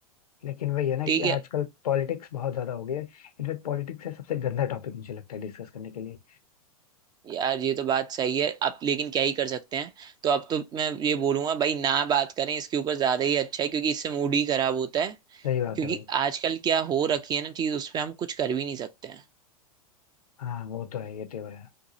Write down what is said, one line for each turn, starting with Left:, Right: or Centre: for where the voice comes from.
Left: लेकिन वही है ना
Right: ठीक
Left: कि
Right: है
Left: आजकल पॉलिटिक्स बहुत ज्यादा हो गई है इनफैक्ट पॉलिटिक्स है सबसे गंदा टॉपिक मुझे लगता है डिस्कस करने के लिए
Right: यार ये तो बात सही है अब लेकिन क्या ही कर सकते हैं तो अब तो मैं ये बोलूंगा भाई ना बात करें इसके ऊपर ज्यादा ही अच्छा है क्योंकि इससे मूड ही खराब होता है
Left: सही बात
Right: क्योंकि
Left: है भाई
Right: आजकल क्या हो रखी है ना चीज उस पर हम कुछ कर भी नहीं सकते हैं
Left: हाँ वो तो है ये तो है